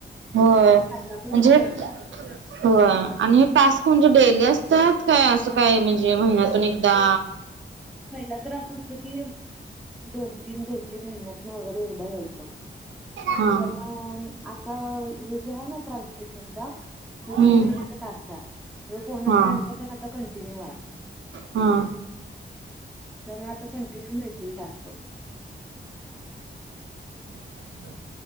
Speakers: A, on the right; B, in the centre.
A: होय म्हणजे
B: फायदा पण होतोय
A: हो आणि हे टास्क म्हणजे डे असतात काय अस काय म्हणजे म्यात पुणिकदा
B: पहिला तर असं होतं की दोन तीन दोन तीन महिन्यातन वगैरे एकदा यायचं
A: हा
B: पण आता हे जे आहे ना ट्रान्सपो तो तीन
A: हम्म
B: महिन्याचा टास्क आहे म्ह फोन
A: हा
B: फ्रेंड पण आता कंटिन्यू आहे...
A: हा...
B: त्यामुळे आता कंटिन्यू मिळतील टास्क....
A: अ...